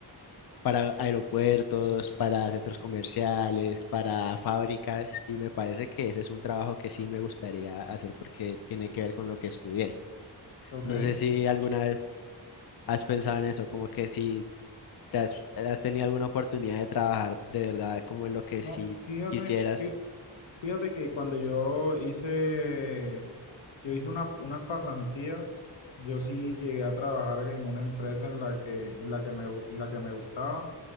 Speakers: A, on the left; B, on the left.
A: para aeropuertos, para centros comerciales, para fábricas, y me parece que ese es un trabajo que sí me gustaría hacer porque tiene que ver con lo que estudié.
B: ok.
A: No sé si alguna vez has pensado en eso, como que si te has, has tenido alguna oportunidad de trabajar de verdad como en lo que
B: No,
A: sí
B: fíjate,
A: quisieras.
B: fí- Fíjate que cuando yo hice, yo hice una- unas pasantías, yo sí llegué a trabajar en una empresa en la que, en la que me, gu- en la que me gustaba.